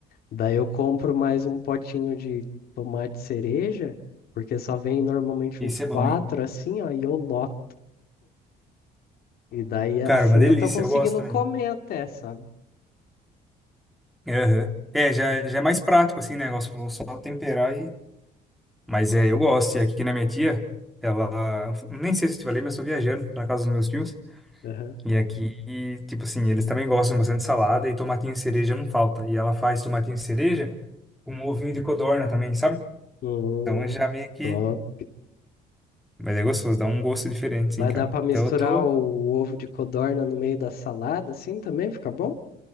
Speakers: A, on the left; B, in the centre.
A: Daí eu compro mais um potinho de tomate cereja, porque só vem normalmente
B: Esse
A: uns quatro
B: é bom, hein?
A: assim, ó, e eu loto. E daí assim
B: Cara, uma delícia,
A: eu tô conseguindo
B: eu gosto também.
A: comer até, sabe?
B: Aham. É, já, já é mais prático assim o negócio, falou só temperar e. Mas é, eu gosto. E aqui na minha tia, ela. Nem sei se eu te falei, mas eu tô viajando pra casa dos meus tios.
A: Aham.
B: E aqui, e, tipo assim, eles também gostam bastante de salada e tomatinho e cereja não falta. E ela faz tomatinho e cereja com um ovinho de codorna também, sabe?
A: Hum,
B: Então já meio que.
A: top.
B: Mas é gostoso, dá um gosto diferente,
A: Mas
B: sim, cara.
A: dá pra misturar
B: Então eu tô
A: o ovo de codorna no meio da salada, assim também fica bom?